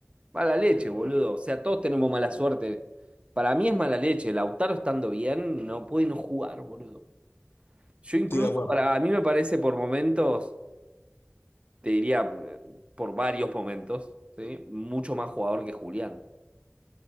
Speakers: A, on the right (about 25°); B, on the left (about 60°).
A: Mala leche, boludo. O sea, todos tenemos mala suerte. Para mí es mala leche. Lautaro estando bien, no puede no jugar, boludo. Yo
B: Estoy
A: incluso,
B: de acuerdo.
A: para, a mí me parece por momentos. te diría eh, por varios momentos, ¿sí? Mucho más jugador que Julián.